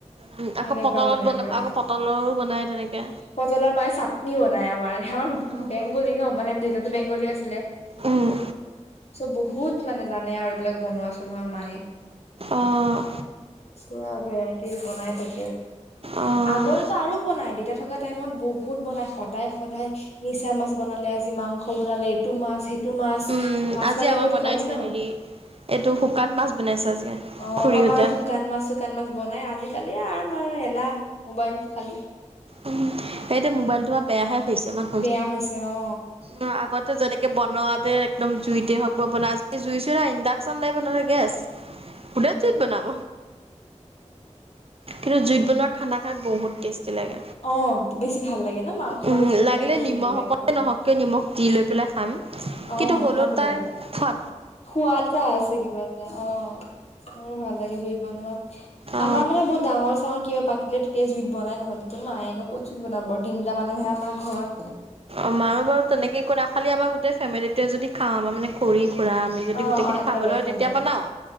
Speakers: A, on the right; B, on the left.
A: উম, আকৌ
B: তেনেকুৱা
A: পটলত
B: মানে
A: বনাব
B: আমাৰ,
A: আকৌ পটলৰো বনাই তেনেকে।
B: পটলৰ মায়ে চাটনি বনাই আমাৰ, আমাৰ
A: উম,
B: বেংগলী ন' মানে তাতো বেংগলী আছিলে।
A: উম,
B: চ বহুত মানে জানে আৰু এইবিলাক বনোৱা চনোৱা মায়ে।
A: অ',
B: পুৰা ভেৰাইটিজ বনাই থাক <unintelligible>
A: অ',
B: আগতেটো আৰু বনাই দেতা থকাত টাইমত বহুত বনাই সদায় সদায় মিছা মাছ বনালে আজি, মাংস বনালে, এইটো মাছ, সে টো মাছ
A: উম,
B: মাছ
A: আজি
B: মানে
A: আমাৰ
B: বহুত
A: বনাইছে
B: খোৱা হয় ন।
A: হেৰি এইটো শুকান মাছ বনাইছে আজি
B: অঁ
A: খুৰীহঁতে।
B: আমাৰ শুকান মাছ চোকান মাছ বনাই আজিকালি আমাৰ এলাহ, মোবাইল খালী।
A: উম এটো মোবাইলটো আ বেয়াহে হৈছে ইমান
B: বেয়া হৈছে অ
A: <unintelligible> আগতে যেনেকে বনোৱা তে একদম জুইতে হওক বা <unintelligible> যদি জুই চুই নাই ইণ্ডাকশচন লাগিব নহ গেছ <unintelligible> জুইত বনাব। কিন্তু জুইত বনোৱা খানা খাই বহ টেষ্টি লাগে।
B: অঁ, বেছি ভাল লাগে। ন মাংসও
A: উম
B: জুইত
A: লাগিলে
B: বনালে বহুত
A: নিমখ
B: ভাল লাগে
A: অকণে
B: খাবলৈ
A: নহওঁক কিয় নিমখ দি লৈ পেলাই খাম
B: অ
A: কিন্তু হ'লেও
B: ভাল
A: তাৰ
B: লাগে
A: খোৱা
B: সোৱাদ এটা আছে কিবা এটা অঁ। মোৰ ভাল লাগে জুইত বনোৱা।
A: অ
B: আমাৰ মানে বহুত ডাঙৰ চাঙৰ কিবা পাতিলে তেতিয়া জুইত বনাই নহলেতো মায়েনো ক'ত জুত বনাব? তিনিটা মানুহহে আমাৰ। ঘৰত
A: আমাৰো বাৰু তেনেকে একো নাই খালি আমাৰ গোটেই ফেমিলিটোৱে যদি <unintelligible> মানে খৰিত পুৰা আমি যদি
B: অ
A: গোটেইখিনি
B: অ একেলগে
A: খাব লয়
B: খালে
A: তেতিয়া বনাও,